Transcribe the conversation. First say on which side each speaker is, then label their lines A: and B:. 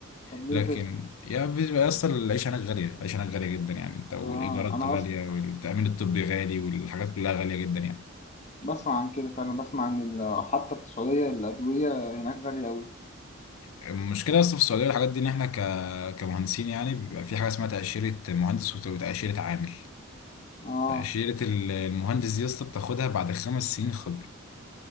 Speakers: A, on the left (about 35°); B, on the left (about 80°).
A: طب ليه
B: لكن
A: كده
B: يا بيبقى اصلا العيشه هناك غاليه العيشه هناك غاليه جدا يعني انت والايجارات
A: اه انا
B: غاليه والتامين الطبي غالي والحاجات كلها غاليه جدا يعني
A: بسمع عن كده فعلا بسمع عن ال- حتى في السعودية الأدوية هناك غالية أوي
B: المشكله اصلا في السعوديه والحاجات دي ان احنا ك... كمهندسين يعني بيبقى في حاجه اسمها تاشيره مهندس وت- وتاشيره عامل
A: آه
B: تاشيره ال- المهندس دي يا اسطى بتاخدها بعد خمس سنين خبره